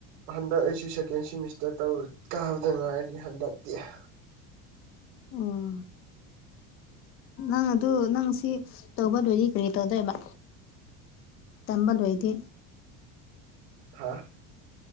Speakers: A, on the right; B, on the left.
A: ꯍꯟꯗꯀ ꯑꯩꯁꯨ ꯁꯦꯝ ꯁꯦꯀꯦꯟ ꯁꯦꯃꯤꯁꯇꯔ ꯇꯧꯔꯤ ꯀꯥꯕꯗ ꯉꯥꯏꯔꯤ ꯍꯟꯗꯛꯇꯤ <unintelligible>
B: ꯑꯣ ꯅꯪ ꯑꯗꯨ ꯅꯪ ꯁꯤ ꯇꯧꯕꯗꯣꯏꯗꯤ ꯀꯔꯤ ꯇꯧꯗꯣꯏꯕ ꯇꯝꯕꯜ ꯑꯣꯏꯗꯤ
A: ꯍꯥ